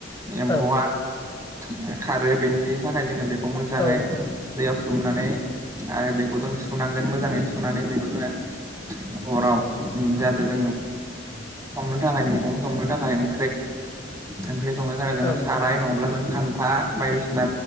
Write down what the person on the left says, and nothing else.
औ
औ नोंथां
औ नोंथां